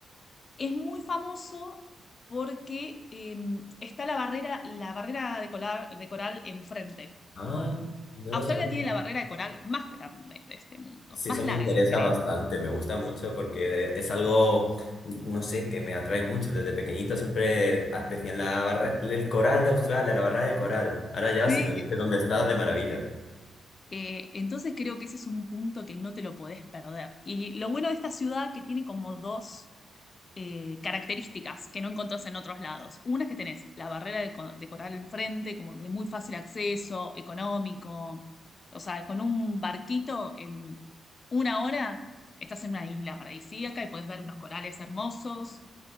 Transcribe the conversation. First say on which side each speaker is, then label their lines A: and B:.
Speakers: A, on the left; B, on the left.
A: es muy famoso porque eh, está la barrera, la barrera de coral, de coral enfrente.
B: Ah,
A: Como, ah,
B: no
A: Australia
B: lo sabía.
A: tiene la barrera de coral más grande de este mundo,
B: Sí,
A: más
B: eso
A: larga,
B: me interesa
A: creo.
B: bastante, me gusta mucho porque es algo, n- no sé, que me atrae mucho. Desde pequeñito siempre ah, decían la barra, el coral de Australia, la barra de coral. Ahora ya,
A: Sí.
B: si me dices dónde estás, de maravilla.
A: Eh, entonces creo que ese es un punto que no te lo podés perder. Y lo bueno de esta ciudad que tiene como dos eh, características que no encontrás en otros lados. Una es que tenés la barrera de, co- de coral enfrente, como de muy fácil acceso, económico. O sea, con un barquito en una hora estás en una isla paradisíaca y podés ver unos corales hermosos,